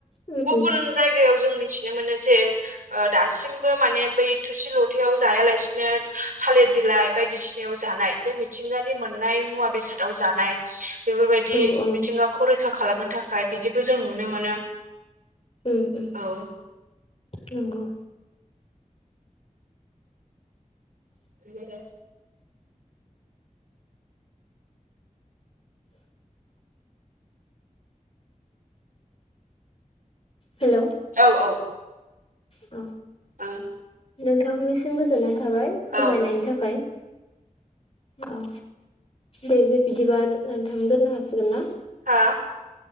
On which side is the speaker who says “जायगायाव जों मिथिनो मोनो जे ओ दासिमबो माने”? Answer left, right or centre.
Right